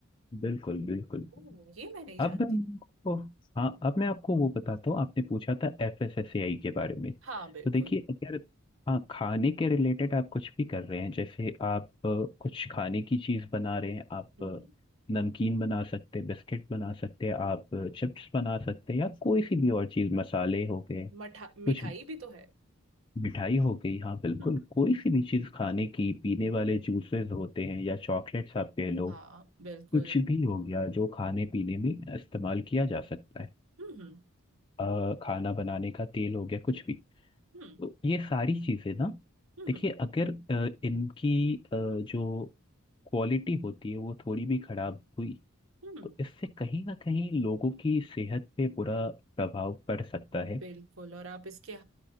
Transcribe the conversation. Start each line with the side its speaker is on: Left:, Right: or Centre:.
Left: बिल्कुल बिल्कुल
Right: ओ, ये मैं नहीं
Left: अब
Right: जानती
Left: मैं आपको हाँ अब मैं आपको वो बताता हूँ आपने पूछा था एफएसएसएआई के बारे में तो
Right: हाँ बिल्कुल
Left: देखिए अगर हाँ खाने के रिलेटेड आप कुछ भी कर रहे हैं जैसे आप अ, कुछ खाने की चीज बना रहे हैं आप
Right: हम्म
Left: अ, नमकीन बना सकते हैं बिस्किट बना सकते हैं आप चिप्स बना सकते हैं या कोई सी भी और चीज मसाले हो गए
Right: मठा मिठाई
Left: कुछ
Right: भी तो है
Left: मिठाई हो गई हाँ बिल्कुल
Right: हम्म,
Left: कोई सी भी चीज खाने की पीने वाले जूसेस होते हैं या चॉकलेट्स आप ले लो
Right: हाँ बिल्कुल
Left: कुछ भी हो गया जो खाने पीने में इस्तेमाल किया जा सकता है
Right: हम्म हम्म
Left: अ, खाना बनाने का तेल हो गया कुछ भी
Right: हम्म
Left: तो ये सारी चीजें ना
Right: हम्म
Left: देखिए अगर अ, इनकी अ, जो क्वालिटी होती है वो थोड़ी भी खराब हुई
Right: हम्म,
Left: तो इससे कहीं ना कहीं लोगों की सेहत पे बुरा प्रभाव पड़ सकता
Right: हम्म,
Left: है
Right: बिल्कुल और आप इसके